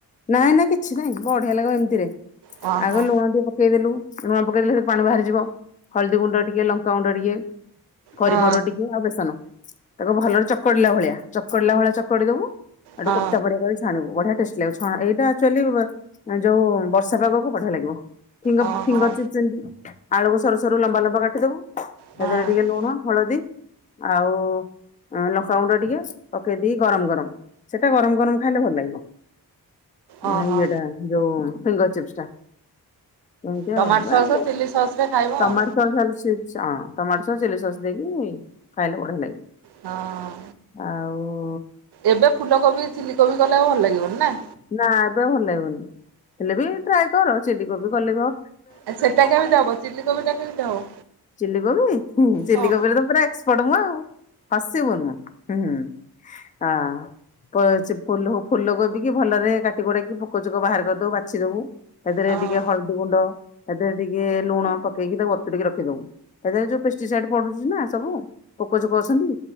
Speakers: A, on the left (about 20°); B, on the right (about 80°).
A: ନାଇଁ ନାଇଁ କିଛି ନାଇଁ ବଢିଆ ଲାଗିବ ଏମିତିରେ
B: ହଁ
A: ଆଗ
B: ହଁ
A: ଲୁଣ ଟିକେ ପକେଇ ଦେଲୁ। ଲୁଣ ପକେଇଲେ ସେଥିରୁ ପାଣି ବାହାରିଯିବ ହଳଦୀ ଗୁଣ୍ଡ ଟିକେ ଲଙ୍କାଗୁଣ୍ଡ ଟିକେ କରି
B: ହଁ
A: ପାଉଡର ଟିକ୍ ଆଉ ବେସନ ତାକୁ ଭଲରେ ଚକଡିଲା ଭଳିଆ ଚକଡିଲା ଭଳିଆ ଚକଡି ଦବୁ। ସେଠୁ
B: ହଁ
A: କୋପ୍ତା ପରିକା କରି। ଛାଣିବୁ ବଢିଆ ଟେଷ୍ଟି ଲାଗିବ ଛଣା ଏଇଟା ଆକ୍ଚୁଆଲି ଏ ଯୋଉ ବର୍ଷା ପାଗକୁ ବଢିଆ ଲାଗିବ। ଫିଙ୍ଗ୍
B: ହଁ
A: ଫିଙ୍ଗର
B: ହଁ ହଁ।
A: ଚିପ୍ସ୍ ଏମିତି ଆଳୁକୁ ସରୁ ସରୁ ଲମ୍ବା ଲମ୍ବା କାଟିଦବୁ।
B: ହଁ
A: ତା ଦେହରେ ଟିକେ ଲୁଣ ହଳଦୀ। ଆଉ ଲଙ୍କାଗୁଣ୍ଡ ଟିକେ ପକେଇ ଦେଇ ଗରମ ଗରମ। ସେଟା ଗରମ ଗରମ ଖାଇଲେ ଭଲ ଲାଗିବ
B: ଓହୋ
A: ଆ ଇଏଟା ଯୋଉ ଫିଙ୍ଗର ଚପ୍ସ ଟା। ଏମତି
B: ଟମାଟୋ
A: ଆଉ ଏ
B: ସସ୍
A: ଦେ
B: ଚିଲି ସସ୍ ରେ ଖାଇବ
A: ଟମାଟୋ
B: ଆଉ
A: ସକ୍ସ୍‌ ଖାଲି। ସେ ହଁ ଟମାଟୋ ସସ୍ ଚିଲି ସସ୍ ଦେଇକି ଖାଇଲେ ବଢିଆ ଲାଗିବ।
B: ହଁ।
A: ଆଉ।
B: ଏବେ ଫୁଲକୋବି ଚିଲି କୋବି କଲେ ଆଉ ଭଲ ଲାଗିବନି ନା।
A: ନା ଏବେ ଆଉ ଭଲ ଲାଗିବନି ହେଲେ ବି ଟ୍ରାଏ କର ଚିଲ କୋବି କଲେ ବ।
B: ଆ ସେଟା କେମିତି ହବ ଚିଲ କୋବି ଟା କେମିତି ହବ।
A: ଚିଲି କୋବି ହୁଁ ଚିଲି
B: ହଁ
A: କୋବିରେ ତ ଏକ୍ସ ପଟ୍ ମୁଁ ଆଉ ହସିବୁନୁ ହୁଁ। ଆଁ ପ ସେ ଫୁଲ ଫୁଲକୁ କୋବି କି ଭଲରେ କାଟି କୁଟାକି ପୋକ ଯୋକ ବାହାର କରିଦବୁ ବାଛି ଦବୁ ଏଥିରେ
B: ହଁ
A: ଟିକେ
B: ହଁ
A: ହଳଦୀ। ଦି ଗୁଣ୍ଡ ହେଥେରେ ଟିକେ ଲୁଣ ପକେଇକି ତାକୁ ବତୁରେଇ କି ରଖିଦବୁ। ହେଥେରେ ଯୋଉ ପେଷ୍ଟିସାଇଡ ପଡୁଛି ନା ସବୁ। ପୋକ ଯୋକ ଅଛନ୍ତି